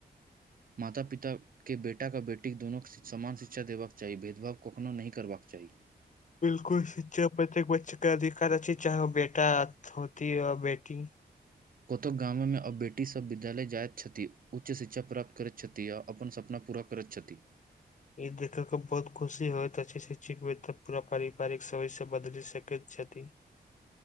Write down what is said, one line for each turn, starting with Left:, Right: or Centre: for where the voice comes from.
Right: माता पिता के बेटाके आ बेटीक दुनूँ समान शिक्षा देबाक चाही भेदभाव कखनहु नहि करबाक चाही
Left: बिल्कुल शिक्षा प्रत्येक बच्चे कऽ अधिकार अच् चाहे ओ बेटा होती आ बेटी
Right: कतहु गामे मऽ आब बेटी सब विद्यालय जाइत छथि उच्च शिक्षा प्राप्त करैत छथि आ अपन सपना पूरा करे छथि
Left: ई देखे के बहुत खुशी होत अछि श्ष तऽ पूरा पारिवारिक सबय से बदलि सकैत छथि